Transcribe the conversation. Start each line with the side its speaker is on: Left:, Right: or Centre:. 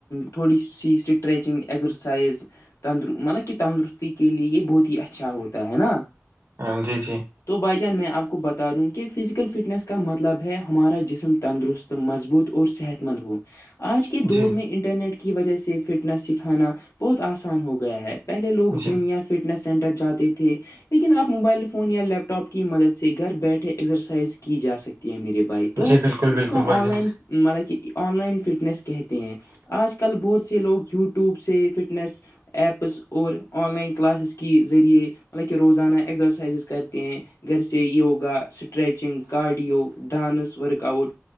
Left: تھوڑی سی اسٹریچنگ اگزرسائز تندر مطلب کہ تندرستی کے لیے یہ بہت ہی اچھا ہوتا ہے نا
Right: ہاں جی جی
Left: تو بھائی جان میں آپ کو بتا دوں کہ فزیکل فٹنس کا مطلب ہے ہمارا جسم تندرست تو مضبوط اور صحت مند ہ آج کے دور
Right: جی
Left: میں انٹرنیٹ کی وجہ سے فٹنس سکھانا بہت آسان ہو گیا ہے پہلے لوگ
Right: جی
Left: جم یا فٹنس سینٹر جاتے تھے لیکن آپ موبائل فون یا لیپ ٹاپ کی مدد سے گھر بیٹھے ایکسرسائز کی جا سکتی ہیں میرے تو
Right: جی بالکل بالکل
Left: اس کو
Right: بھائی
Left: آن
Right: جان
Left: لائن مطلب کہ آن لائن فٹنیس کہتے ہیں آج کل بہت سے لوگ یو ٹیوب سے فٹنس ایپس اور آن لائن کلاسز کی ذریعے مطلب کہ روزانہ ایکگزرسائزز کرتے ہیں گھر سے yoga stretching cardio dance workout